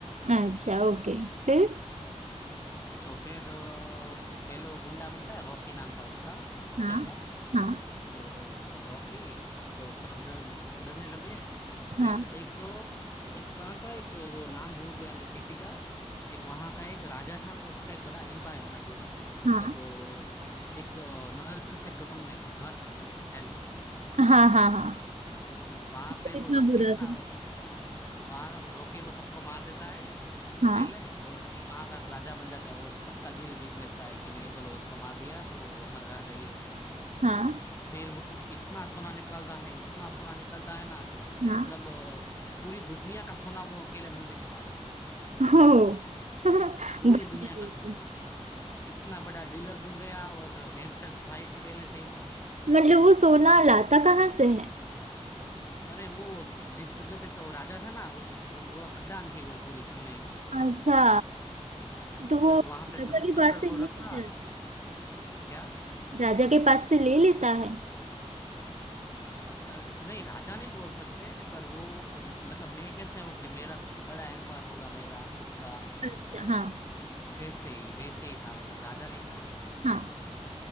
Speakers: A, on the right; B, on the left.
A: अच्छा ओके फिर
B: तो फिर अ, पहले वो गुंडा बनता है रॉकी नाम था उसका पिक्चर
A: हाँ
B: में
A: हाँ
B: तो रॉकी तो सब डर डरने लगे
A: हाँ
B: फिर एक एक कहाँ का एक वो नाम भूल गया मैं सिटी का एक वहाँ का एक राजा था उसका एक बड़ा एम्पायर था पूरा मतलब
A: हाँ
B: अ, एक अ, नर्क से कम नहीं नर्क हेल
A: हाँ हाँ हाँ
B: वहां
A: तो
B: पे वो
A: इतना
B: रोके
A: बुरा
B: है ना
A: था
B: वो सबको वहां रोके वो सबको मार देता है
A: हाँ
B: पहले और फिर वहां का राजा बन जाता है और सबका दिल जीत लेता है कि नहीं चलो इसको मार दिया तो हमारा राजा ये है
A: हाँ
B: फिर वो इतना सोना निकालता है इतना सोना निकालता है ना कि
A: हाँ
B: मतलब अ, पूरी दुनिया का सोना वो अकेले बंदे के पास है
A: हो <laughs>
B: पूरी
A: बदला
B: दुनिया का सोना इतना बड़ा डीलर बन गया और गैंगस्टर तो था ही पहले से ही वो
A: मतलब वो सोना लाता कहाँ से है
B: अरे वो जिस जगह पे तो वो राजा था ना उसकी वो खदान थी वो पूरी सोने की
A: अच्छा तो
B: तो
A: वो राजा
B: वहां पे सब
A: के
B: वर्कर
A: पास से ले
B: को रखा
A: लेता है
B: क्या
A: राजा के पास से ले लेता है
B: अ, नहीं राजा नहीं बोल सकते पर वो अ, मतलब मैं कैसे हूँ कि मेरा बड़ा एम्पायर होगा मेरा खुद का
A: अच्छा हाँ
B: वैसे ही वैसे ही था मतलब राजा नहीं था वो
A: हाँ